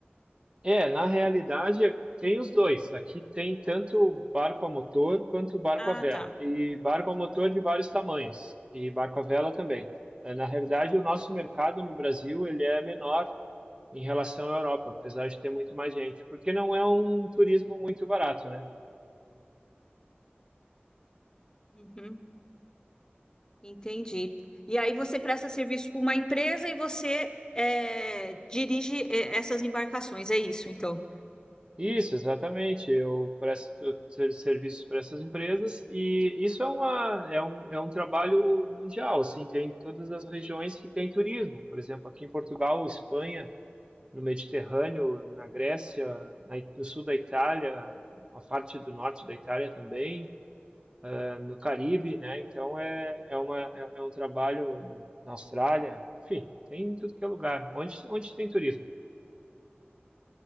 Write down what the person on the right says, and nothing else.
É, na realidade é- tem os dois. Aqui tem tanto barco a motor quanto barco
a vela.
E barco a motor de vários tamanhos. E barco a vela também. Eh, Na realidade, o nosso mercado no Brasil ele é menor em relação à Europa, apesar de ter muito mais gente, porque não é um turismo muito barato, né?
Isso, exatamente. Eu presto ser- serviços para essas empresas e isso é uma, é um, é um trabalho mundial, assim, tem todas as regiões que tem turismo. Por exemplo, aqui em Portugal, Espanha, no Mediterrâneo, na Grécia, na, no sul da Itália, a parte do norte da Itália também, eh, no Caribe, né? Então é, é, uma, é, é um trabalho na Austrália, enfim, tem em tudo que é lugar. Onde, onde tem turismo?